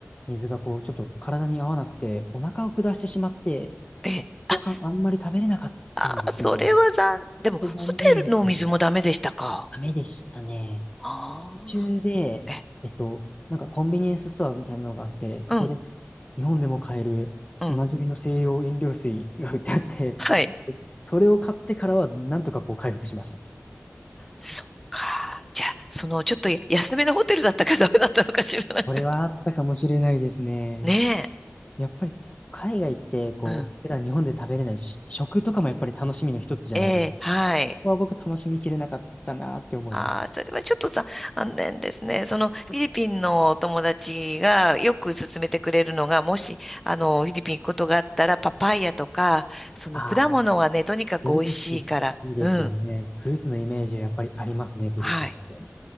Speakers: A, on the left; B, in the centre.
A: 水がこう、ちょっと体に合わなくて、お腹を下してしまって、
B: ええ。あ、
A: 後半あんまり食べれなかったんですよ。
B: あー、それは残、
A: ちょっと残念です。
B: でも、ホテルのお水もダメでしたか
A: ダメでしたね。
B: あ
A: 途中で、
B: あ、え、
A: えっと、なんかコンビニエンスストアみたいなのがあって、そこで
B: うん、
A: 日本でも買えるおなじみの清涼飲料水が売ってあって、
B: うん。はい。
A: <laughs> それを買ってからはなんとかこう回復しました。
B: そっか。じゃあ、その、ちょっとや安めのホテルだったかダメだったのかしら、なんか。
A: これはあったかもしれないですね。
B: <laughs> ね
A: やっぱり海外ってこう、
B: え。うん。
A: 普段日本で食べれないし、食とかもやっぱり楽しみの一つじゃないですか。
B: ええ、はい。
A: ここは僕楽しみきれなかったなって思います。
B: ああ、それはちょっとさ、残念ですね。その、フィリピンのお友達がよく勧めてくれるのが、もし、あの、フィリピン行くことがあったら、パパイヤとか、その、
A: ああ、
B: 果物はね、とにかく美味しいから、
A: フルーツいいですよね。
B: うん。
A: フルーツのイメージはやっぱりありますね、フィリピンって。
B: はい。